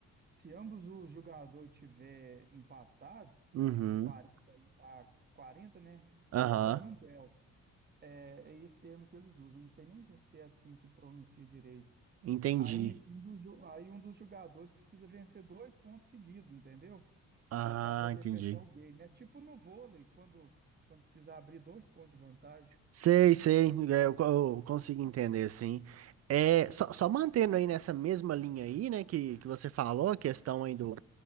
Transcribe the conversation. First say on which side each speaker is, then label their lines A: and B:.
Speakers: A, on the right; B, on the right.
A: Se ambos os jogadores tiver empatado,
B: Uhum.
A: em 40, a 40, né?
B: Aham.
A: Aí ocorre um dels. É, é esse termo que eles usam. Não sei nem se é, se é assim que pronuncia direito.
B: Entendi.
A: Aí um dos, jo- aí um dos jogadores precisa vencer dois pontos seguidos, entendeu?
B: Ah,
A: É para poder
B: entendi.
A: fechar o game. É tipo no vôlei, quando, quando precisa abrir dois pontos de vantagem.
B: Sei, sei, é, eu, co- eu consigo entender, sim. É, só, só mantendo aí nessa mesma linha aí, né, que, que você falou, a questão aí do